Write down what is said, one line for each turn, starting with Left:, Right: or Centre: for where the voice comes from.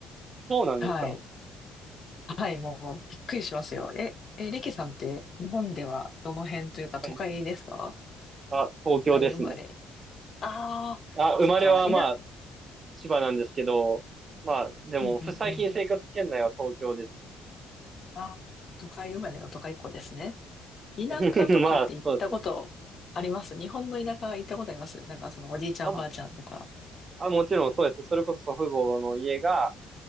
Right: そうなんですか
Left: はい。はい、もうびっくりしますよ。え、え、リキさんって日本ではどの辺というか都会ですか
Right: はい。あ、東京ですね。
Left: 都会生まれ。ああ、
Right: あ、生まれはまあ、
Left: そっか、いな、
Right: 千葉なんですけど、まあ、でも、
Left: うんうんうん。
Right: 最近生活圏内は東京ですね。
Left: あ、都会生まれの都会っ子ですね。田舎とかって行ったことあります日本の田舎行ったことありますなんかそのおじいちゃんおばあちゃんとか。
Right: <laughs> まあ、そうですね。あ、あ、もちろんそうです。それこそ祖父母の家が